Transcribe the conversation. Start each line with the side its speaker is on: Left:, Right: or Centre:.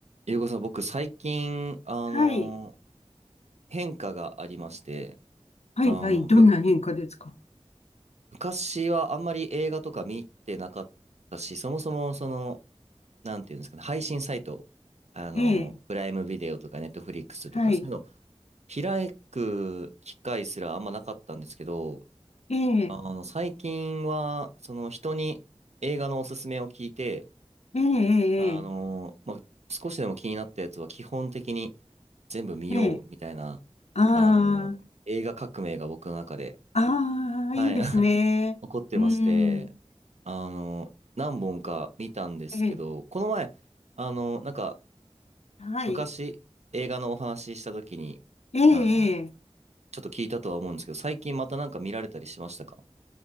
Right: ゆうこさん、僕最近、あの、
Left: はい。
Right: 変化がありまして、
Left: はい、
Right: あの、
Left: はい、どんな変化ですか
Right: む、昔はあんまり映画とか見てなかったし、そもそもその、なんていうんですかね、配信サイト、あの、
Left: ええ、
Right: プライムビデオとかネットフリックスとか、
Left: はい。
Right: そういうの開く機会すらあんまなかったんですけど、
Left: ええ、
Right: あの、最近は、その人に映画のおすすめを聞いて、
Left: ええ、ええ、
Right: あの、まあ、少しでも気になったやつは基本的に、全部見ようみたいな、
Left: ええ、あ
Right: あの、映画革命が僕の中で、
Left: あ、ああ、
Right: はい、
Left: いいですね。
Right: <laughs> 起こってまして、
Left: うん、
Right: あの、何本か見たんですけど、
Left: ええ、
Right: この前、あの、なんか、
Left: はい。
Right: 昔、映画のお話しした時に、
Left: ええ、ええ、
Right: あの、ちょっと聞いたとは思うんですけど、最近またなんか見られたりしましたか